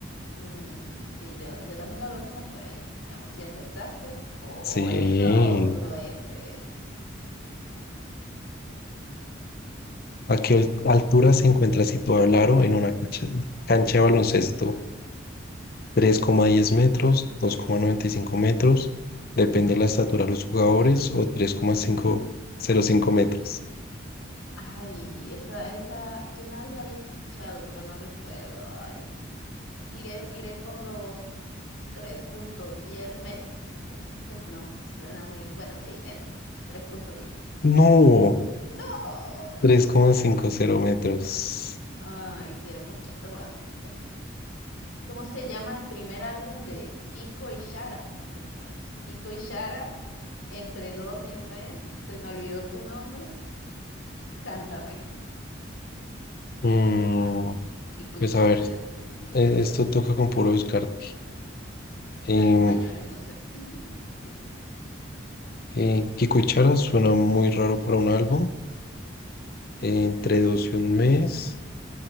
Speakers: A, on the left; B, on the left.
A: mm, sí, yo, yo también la veo como por ahí. Vamos, si acertaste. Oh,
B: Sí.
A: eso, suroeste.
B: ¿A qué al- altura se encuentra situado el aro en una cancha, cancha de baloncesto? 3,10 metros, 2,95 metros, depende de la estatura de los jugadores, o 3,505 metros.
A: Ay, esa, esa, yo una vez la había escuchado, pero no recuerdo. Ay. Iré, iré por los tres punto diez metros. Uy, pues no, suena muy... Bueno, sí, eso, tres punto diez
B: No,
A: No,
B: 3,50
A: era...
B: metros.
A: Ah, hicieron un poquito más bajita. ¿Cómo se llama el primer álbum de Kiko y Shara? ¿Quiénes son esos? Kiko y Shara, entre dos y un mes, se me olvidó tu nombre, cántame.
B: Mm,
A: Kiko
B: pues
A: y Shara,
B: a ver,
A: de-
B: eh, esto toca con puro descarte. Em,
A: serán españoles, no sé. <laughs>
B: Eh, Kiko y Chara suena muy raro para un álbum. Eh, entre dos y un mes,